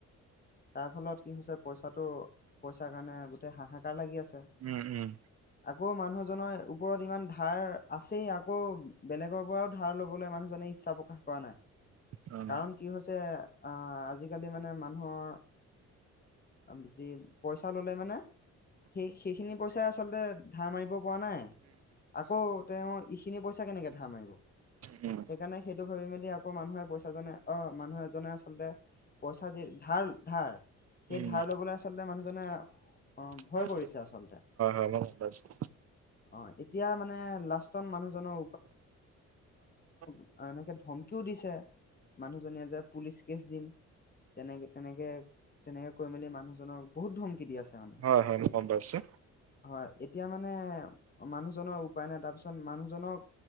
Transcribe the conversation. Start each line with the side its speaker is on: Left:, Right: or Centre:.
Left: তাৰ ফলত কি হৈছে, পইচাটো- পইচাৰ কাৰণে গোটেই হাহাকাৰ লাগি আছে।
Right: উম - উম।
Left: আকৌ মানুহজনৰ ওপৰত ইমান ধাৰ আছেই, আকৌ বেলেগৰ পৰাও ধাৰ ল'বলৈ মানুহ মানুহজনে ইচ্ছা প্ৰকাশ কৰা নাই।
Right: উম
Left: কাৰণ কি হৈছে, অ'- আজিকালি মানে মানুহৰ, উম- যি পইচা ল'লে মানে, সেই সেইখিনি পইচা আচলতে ধাৰ মাৰিব পৰা নাই। আকৌ তেওঁ ইখিনি পইচা কেনেকৈ ধাৰ মাৰিব?
Right: উম
Left: সেইকাৰণে সেইটো ভাবি-মেলি আ আকৌ মানুহে পইচাজনে- অ'- মানুহ এজনে আচলতে পইচা যি ধাৰ, ধাৰ। সেই
Right: উম,
Left: ধাৰ লবলে আচলতে মানুহজনে অ ভয়
Right: হয়
Left: কৰিছে আচলতে
Right: - হয়। মই গম পাইছোঁ।
Left: অ এতিয়া মানে লাষ্টত মানুহজনৰ
Right: <inaudible>
Left: আৰু এনেকে ধমকিও দিছে, মানুহজনীয়ে যে পুলিচ কেচ দিম। তেনেকে - তেনেকে, তেনেকে কৈ মেলি মানুহজনক বহুত ধমকি দি আছে মানে।
Right: হয়-হয় গম পাইছোঁ।
Left: হয় এতিয়া মানে অ মানুহজনৰ উপায় নাই তাৰ পিছত মানুহজনক